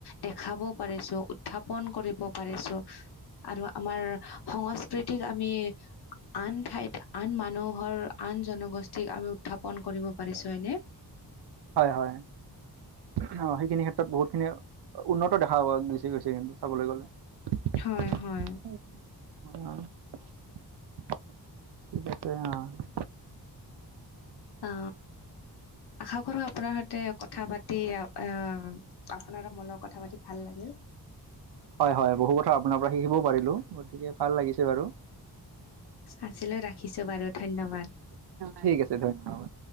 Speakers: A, on the left (about 75°); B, on the right (about 80°).
A: দেখাব পাৰিছো, উত্থাপন কৰিব পাৰিছো। আৰু আমাৰ সংস্কৃতিক আমি আন ঠাইত, আন মানুহৰ, আন জনগোষ্ঠীক আমি উত্থাপন কৰিব পাৰিছো হয়নে।
B: হয়, হয়। আহ, সেইখিনি ক্ষেত্ৰত বহুতখিনি উন্নত দেখা গছে, গৈছে। কিন্তু চাবলৈ গ'লে
A: হয়, হয়।
B: ঠিক আছে, অ'।
A: অ, আশা কৰো আপোনাৰ সৈতে কথা পাতি আহ আপোনাৰো মনত কথা পাতি ভাল লাগিল।
B: হয়, হয়, বহু কথা আপোনাৰ পৰা শিকিবও পাৰিলো গতিকে ভাল লাগিছে বাৰু।
A: আছিলো, ৰাখিছো বাৰু ধন্যবাদ।
B: ঠিক আছে, ধন্যবাদ।